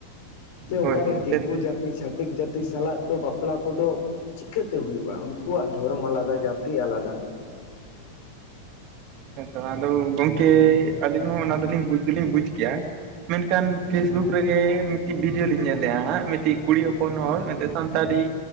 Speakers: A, on the left (about 60°); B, on the right (about 40°).
A: ᱡᱮ
B: ᱦᱳᱭ
A: ᱚᱠᱟᱨᱮ
B: ᱦᱳᱭ
A: ᱫᱤᱠᱩ
B: ᱪᱮᱫ
A: ᱡᱟᱹᱛᱤ ᱪᱷᱟᱛᱤᱠ ᱡᱟᱹᱛᱤ ᱥᱟᱞᱟᱜ ᱫᱚ ᱵᱟᱯᱞᱟ ᱠᱚᱫᱚ, ᱪᱤᱠᱟᱹᱛᱮ ᱦᱩᱭᱩᱜᱼᱟ ᱩᱱᱠᱩᱣᱟᱜ ᱫᱷᱚᱨᱚᱢ ᱟᱞᱟᱫᱟ ᱡᱟᱹᱛᱤ ᱟᱞᱟᱫᱟ᱾
B: ᱦᱮᱸᱛᱚ ᱟᱫᱚ ᱜᱚᱢᱠᱮ ᱟᱹᱞᱤᱧ ᱦᱚᱸ ᱚᱱᱟ ᱫᱚᱞᱤᱧ ᱵᱩᱡᱽ ᱫᱚᱞᱤᱧ ᱵᱩᱡ ᱠᱮᱭᱟ᱾ ᱢᱮᱱᱠᱷᱟᱱ ᱯᱷᱮᱥᱵᱩᱠ ᱨᱮᱜᱮ ᱢᱤᱫᱴᱤᱡ ᱵᱷᱤᱰᱭᱳ ᱞᱤᱧ ᱧᱮᱞᱮᱫᱼᱟ ᱢᱤᱫᱴᱤᱡ ᱠᱩᱲᱤ ᱦᱚᱯᱚᱱ ᱦᱚᱲ ᱥᱟᱱᱛᱟᱲ ᱛᱟᱲᱤ,